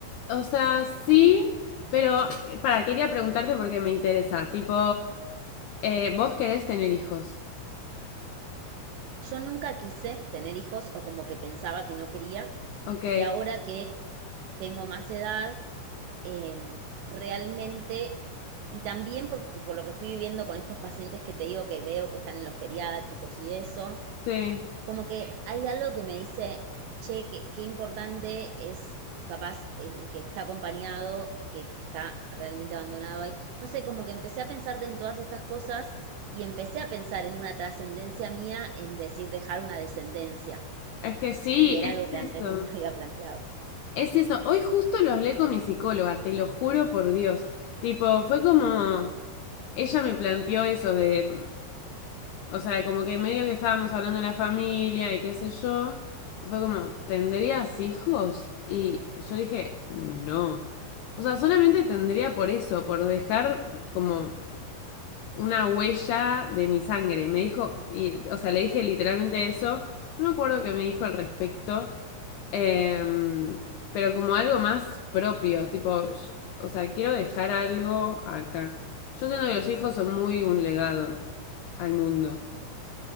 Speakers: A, on the left (about 80°); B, on the right (about 80°).
A: O sea, sí, pero eh, para, quería preguntarte porque me interesa. Tipo, eh, vos querés tener hijos.
B: Yo nunca quise tener hijos o como que pensaba que no quería
A: Ok,
B: y ahora que tengo más edad, eh, realmente, y también por, por lo que fui viviendo con estos pacientes que te digo que veo que están en los geriátricos y eso,
A: sí.
B: Como que hay algo que me dice, che, qué, qué importante es capaz el que está acompañado, que el que está realmente abandonado ahí. No sé, como que empecé a pensarte en todas estas cosas y empecé a pensar en una trascendencia mía, en decir dejar una descendencia,
A: Es que sí,
B: que
A: es
B: era algo que antes
A: eso.
B: no me <laughs> había planteado.
A: Es eso. Hoy justo lo hablé con mi psicóloga, te lo juro por Dios. Tipo, fue como. Ella me planteó eso de. O sea, como que medio que estábamos hablando de la familia y qué sé yo. Y fue como, ¿tendrías hijos? Y yo dije, no. O sea, solamente tendría por eso, por dejar como una huella de mi sangre. Me dijo, y, o sea, le dije literalmente eso. No me acuerdo qué me dijo al respecto. Em, pero como algo más propio, tipo, yo- o sea, quiero dejar algo acá. Yo siento que los hijos son muy un legado al mundo.